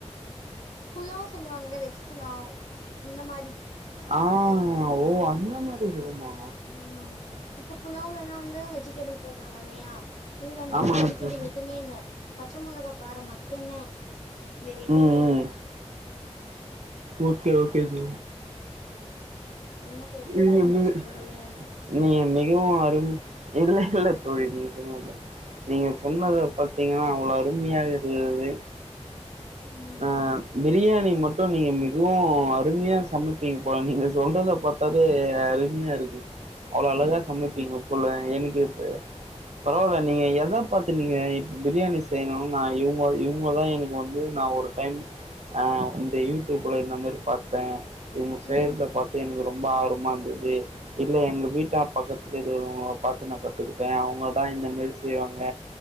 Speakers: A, on the left; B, on the right.
A: புல்லாவ் சொல்லுவாங்களே <unintelligible> வெஜ் புலாவ் அந்த மாரி
B: ஆ ஓ அந்த மாரி இருக்குமா
A: ஆமா மா இப்ப புலாவ்லலா வந்து வெஜிடேபிள் போடுறாங்க இல்லையா இதுல அந்த
B: ஆமா
A: மாரி வெஜிடபிள்
B: ப்ரோ
A: எதுமே இல்ல பச்ச மொளகா காரோ மட்டு்ந்தா வேற எதுமே
B: ம்
A: இல்ல
B: ம் ஓகே ஓகே தோழி
A: என்ன தோழி தூக்கோ
B: மிக
A: வந்துச்சு
B: மிக
A: போலயே
B: நீங்க மிகவு அரும இல்ல இல்ல தோழி நீங்க சொன்னதுதா நீங்க சொன்னத பாத்தீங்கன்னா அவ்ளோ அருமையாக இருந்தது
A: ம்
B: ஆ பிரியாணி மட்டு நீங்க மிகவு அருமையா சமைப்பீங்க போல நீங்க சொல்றத பாத் தாவே அருமையா இருக்கு அவ்ளோ அழகா
A: ம்
B: சமைப்பீங்க போல எனக்கு இப்ப பரவால்ல நீங்க எத பாத்து நீங்க இப் பிரியாணி செய்யணு நா இவுங்க இவுங்கதா எனக்கு வந்து நா ஒரு டைம் ஆ இந்த யூடியூப்ல இந்த மாரி பாத்தே இவங்க செய்யறத
A: ம்
B: பாத்தே எனக்கு ரொம் ப ஆர்வமா இருந்தது இல்ல எங்க வீட்ட ஆ பக்கத்துல இருக்கறவங்கள பாத்து நா கத்துக் கிட்டே அவங்கதா இந்த மாரி செய்வாங் க